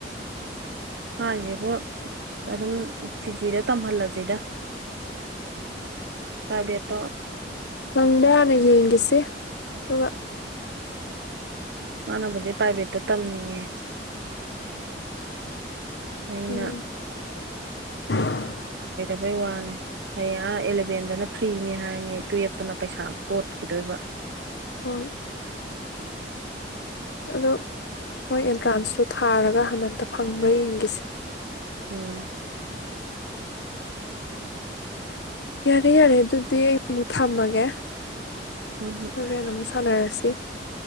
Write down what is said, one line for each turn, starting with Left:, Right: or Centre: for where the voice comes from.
Right: ꯍꯥꯟꯁꯤꯕꯣ ꯑꯗꯨꯝ ꯊꯤꯖꯤꯗ ꯇꯝꯍꯜꯂꯁꯤꯗ ꯇꯥꯕꯦꯠꯇꯣ
Left: ꯐꯪꯕ꯭ꯔꯥꯅ ꯌꯦꯡꯈꯤꯁꯦ ꯑꯗꯨꯒ
Right: ꯃꯥꯅꯕꯨꯗꯤ ꯄ꯭ꯔꯥꯏꯚꯦꯠꯇ ꯇꯝꯅꯤꯡꯉꯦ ꯑꯩꯅ
Left: ꯎꯝ <inaudible>
Right: ꯩ ꯋꯥꯅꯦ ꯑꯩ ꯑꯦꯂꯚꯦꯟꯗꯅ ꯐ꯭ꯔꯤꯅꯤ ꯍꯥꯏꯅꯤ ꯇꯨꯋꯦꯜꯞꯇꯅ ꯄꯩꯁꯥ ꯀꯣꯠꯈꯤꯗꯣꯏꯕ
Left: ꯍꯣꯏ ꯑꯗꯣ ꯃꯣꯏ ꯑꯦꯟꯇ꯭ꯔꯥꯟꯁꯇꯣ ꯊꯥꯔꯒ ꯍꯟꯗꯇ ꯐꯪꯕ꯭ꯔꯥ ꯌꯦꯡꯒꯤꯁꯦ
Right: ꯎꯝ
Left: ꯌꯥꯔꯦ ꯌꯥꯔꯦ ꯑꯗꯨꯗꯤ ꯑꯩ ꯑꯃꯨꯛ ꯊꯝꯃꯒꯦ
Right: ꯎꯝ
Left: ꯍꯔꯦ ꯅꯃꯁꯦ ꯁꯥꯅꯔꯁꯤ